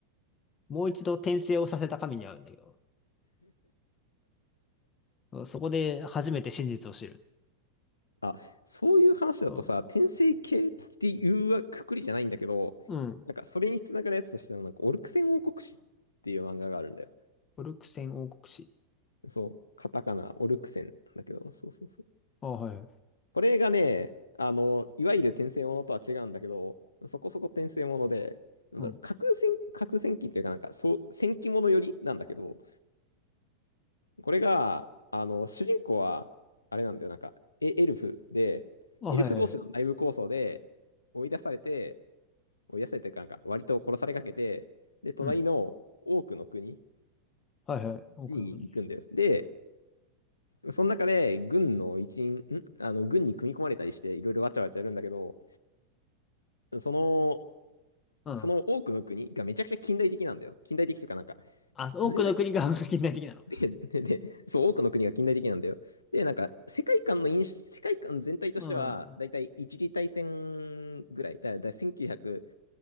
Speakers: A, on the left; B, on the left.
A: もう一度転生をさせた神に会うんだけど、そこで初めて真実を知る。
B: あ、そういう話だとさ、
A: そう、
B: 転生系っていうわくくりじゃないんだけど、
A: うん。
B: なんかそれにつながるやつとしては、なんかオルクセン王国史っていう漫画があるんだよ。
A: オルクセン王国史。
B: そう、カタカナ、オルクセンなんだけど、そうそうそう。
A: あ、はい。
B: これがね、あの、いわゆる転生ものとは違うんだけど、そこそこ転生もので、なんだろう、
A: うん。
B: 架空戦、架空戦記っていうか、なんか、そう、戦記ものよりなんだけど、これが、あの、主人公は、あれなんだよ、なんか、エ、エルフで、
A: あ、
B: エルフ同士の内部抗争で
A: はいはいはい。
B: 追い出されて、追い出されてるからなんか割と殺されかけて、で、隣の多くの国
A: うん。はいはい。多くの国。
B: に行くんだよ。で、その中で軍の一員、んあの軍に組み込まれたりしていろいろわちゃわちゃやるんだけど、その、
A: うん。
B: その多くの国がめちゃくちゃ近代的なんだよ。近代的というかなんか、
A: あ、多くの国が半額近代的なの。
B: 全で、で、で、そう、多くの国が近代的なんだよ。で、なんか、世界観の印世界観全体としては、
A: うん。
B: だいたい一次大戦ぐらい、だ、だ、1900、